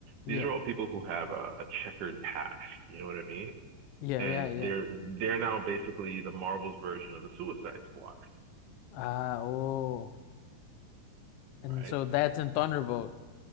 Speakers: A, on the left; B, on the right.
A: yeah,
B: These are all people who have a, a checkered past. You know what I mean?
A: yeah,
B: and
A: yeah, yeah.
B: they're they're now basically the Marvel's version of the Suicide Squad,
A: Ah, oh, and
B: right?
A: so that's in Thunderbolt.